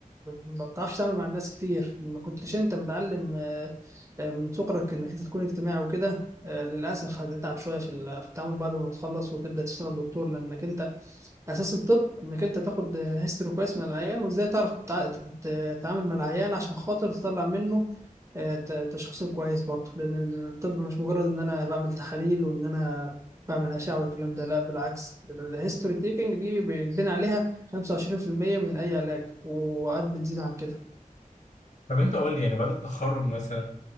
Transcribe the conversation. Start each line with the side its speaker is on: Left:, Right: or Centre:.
Right: ما بتعرفش تعمل مع الناس كتير ما كنتش انت متعلم آه، آه، من صغرك انك انت تكون اجتماعي وكده آه، للاسف هتتعب شويه في ال- في التعامل بعد ما تخلص وتبدا تشتغل دكتور لانك انت اساس الطب انك انت تاخد هيستوري كويس من العيان وازاي تعرف تتع- تت- تتعامل مع العيان عشان خاطر تطلع منه آه، ت- تشخيص كويس برضه لان الطب مش مجرد ان انا بعمل تحاليل وان انا بعمل اشعه والكلام ده لا بالعكس الهيستوري تيكنج دي بيتبني عليها 25% من اي علاج وقعد بتزيد عن كده
Left: طب انت قول لي يعني بعد التخرج مثلا